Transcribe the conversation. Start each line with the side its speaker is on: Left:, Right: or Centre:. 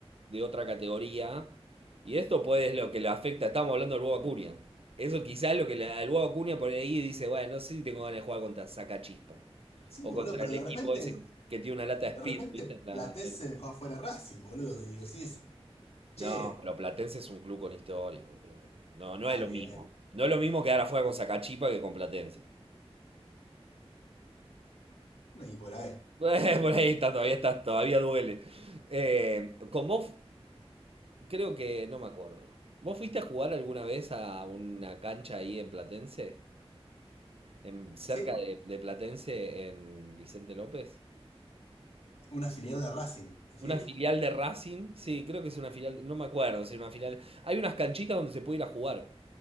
Right: de otra categoría. Y esto pues es lo que le afecta. Estamos hablando del Bob Acuña. Eso quizá es lo que le, al Bob Acuña por ahí dice, bueno, no sé si tengo ganas de jugar contra Sacachispa.
Left: Sí,
Right: O
Left: boludo,
Right: contra
Left: pero
Right: el
Left: de
Right: equipo
Left: repente,
Right: ese que tiene una lata de
Left: de
Right: speed,
Left: repente
Right: ¿viste? En la,
Left: Platense
Right: en
Left: se dejó afuera a Racing, boludo, y decís, che,
Right: no, pero Platense es un club con historia, boludo. No,
Left: está
Right: no es lo
Left: bien,
Right: mismo. No es lo mismo quedar afuera con Sacachipa que con Platense. <laughs>
Left: un equipo de la B.
Right: Eh, por ahí está, todavía está, todavía duele. Eh, con vos, creo que no me acuerdo. ¿Vos fuiste a jugar alguna vez a una cancha ahí en Platense? En, cerca
Left: Sí,
Right: de, de Platense, en Vicente López.
Left: una filial de Racing, ¿decís?
Right: Una filial de Racing, sí, creo que es una filial, no me acuerdo si era una filial. Hay unas canchitas donde se puede ir a jugar,